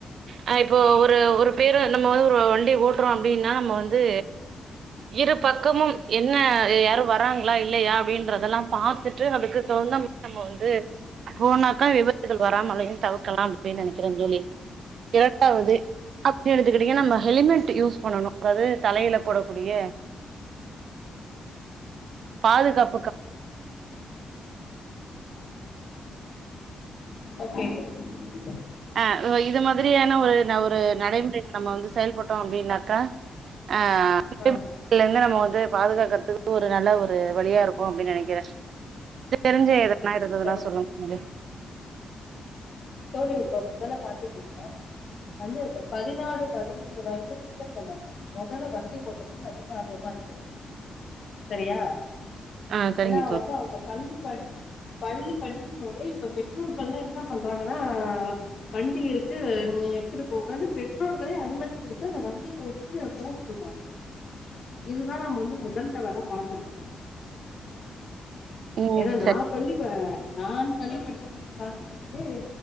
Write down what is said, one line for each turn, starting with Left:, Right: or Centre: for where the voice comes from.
Right: அ இப்போ ஒரு ஒரு பேரு நம்ம வந்து ஒரு வண்டி ஓட்றோ அப்டின்னா நம்ம வந்து இரு பக்கமும் என்ன யாரு வராங்களா இல்லையா அப்டின்றதெல்லா பாத்துட்டு அதுக்கு தகுந்த நம்ம வந்து போனாக்க விபத்துகள் வராமலையு தவுக்கலாம் அப்டின் நெனைக்கிறே தோழி இரண்டாவது அப்டின் எடுத்துக்கிட்டிங்கன்னா நம்ம ஹெலிமென்ட் யூஸ் பண்ணனு அதாவ்து தலையில போடக்கூடிய பாதுகாப்புக்கா
Left: ஓகே தோழி <inaudible>
Right: அ இது மாதிரியான ஒரு ஒரு நடைமுறைக்கு நம்ம வந்து செயல்பட்டோ அப்டின்னாக்கா அ
Left: அ
Right: இதுலர்ந்து நம்ம வந்து பாதுகாக்கற்துக்கு ஒரு நல்ல ஒரு வழியா இருக்கு அப்டின் நெனக்கிறே தெருஞ்ச எதனா இருந்ததுனா
Left: சரி
Right: சொல்லங்க தோழி
Left: தோழி இப்ப முதல்ல பாத்தீங்கன்னா வந்து இந்த பதினாறு பதினேழு வயது பிள்ளைங்கள்லா மொதல்ல வண்டி ஓட்டணுன் அதிக ஆர்வமா இருக்கிறது செரியா
Right: ஆ சரிங்க
Left: ஏன்னா
Right: தோழி
Left: வந்து அவுங்க பள்ளி படிக் பள்ளி படிக்கும் போதே இப்ப பெற்றோர்கள்லா என்னா பண் ண்றாங்கன்னா வண்டி இருக்கு நீங்கெ எடுத்துட்டு போங்கன்னு பெற்றோர்களே அனுமதி குடுத்து அந்த வண்டிய ஒட்டிட்டு போக சொல்றாங்க இதுதா நம்ம வந்து முதல் தவறா பாக்குறே
Right: ம்
Left: ஏன்னா
Right: சரி
Left: நா பள்ளி ப நான் பள்ளி படிக்கும் போது காலத்துல இது வந்து